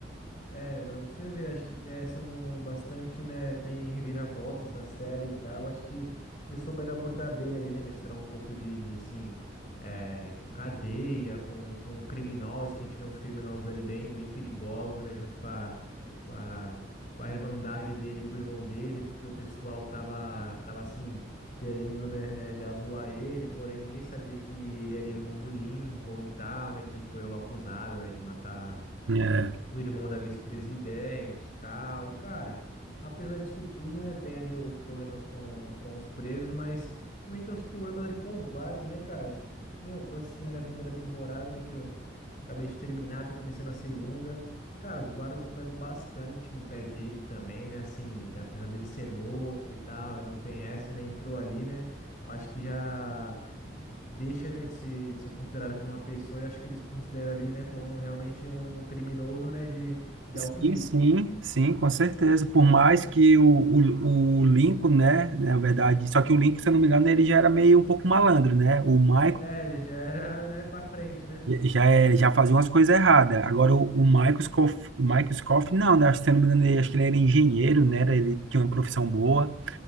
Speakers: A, on the left; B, on the right.
A: É, pra você ver, acho que é, são bastante, né? Tem reviravoltas na série e tal. Eu Acho que eles souberam abordar bem ali, né? Misturar um pouco de, de assim, é, cadeia com, com criminosos, que a gente vê uns criminosos ali bem, bem perigosos, né? Junto com a, com a, com a irmandade dele, com o irmão dele, porque o pessoal tava, tava assim, querendo, né? é, Já zoar ele, porém ninguém sabia que ele era irmão do Lincoln e tal, né? Que foi o acusado, né? De matar
B: É.
A: o irmão da vice-presidente, e tal. E, cara, apesar disso tudo, né, tem ali os problemas com, com os presos, mas também tem os problemas ali com os guardas, né, cara? Acho que, meu, eu tô assistindo ali a primeira temporada, né, que eu acabei de terminar, tô começando a segunda. Cara, os guardas pegam bastante no pé dele também, né, assim, apesar dele ser novo e tal, não tem essa, né, entrou ali, né? Eu Acho que já deixa, né, de ser, de ser considerada como uma pessoa e acho que eles consideram ali, né, como realmente um criminoso, né, de, de
B: Sim,
A: alto risco.
B: sim, sim, com certeza. Por mais que o, o, o Lincoln, né, na verdade, só que o Lincoln, se eu não me engano, ele já era meio um pouco malandro, né? O Michael
A: É, ele já era, né, pra frente, né?
B: já, é- já fazia umas coisas erradas. Agora, o, o Michael Scofield, o Michael Scofield, não, né? Acho que, se eu não me engano, ele, acho que ele era engenheiro, né? Era- Ele tinha uma profissão boa,